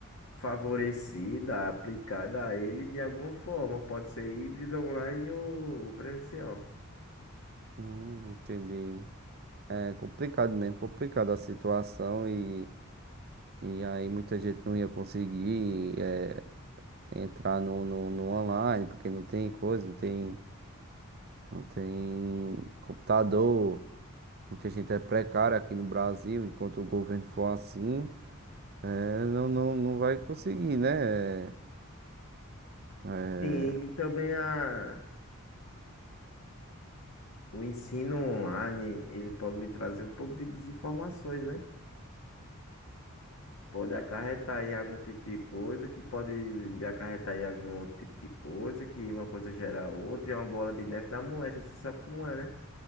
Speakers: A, on the left; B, on the right.
A: favorecida, aplicada a ele de alguma forma. Pode ser híbrido, online ou presencial.
B: hum, entendi. É complicado mesmo, complicada a situação e, e aí muita gente não ia conseguir é, entrar no, no, no online, porque não tem coisa, não tem, não tem computador. Muita gente é precária aqui no Brasil, enquanto o governo for assim, eh, não, não, não vai conseguir, né? eh,
A: Sim, e também a, o ensino online, ele pode lhe trazer um pouco de desinformações, né? Pode acarretar em algum tipo de coisa, que pode lhe acarretar em algum outro tipo de coisa, que uma coisa gera outra, e é uma bola de neve da moléstia, você sabe como é, né?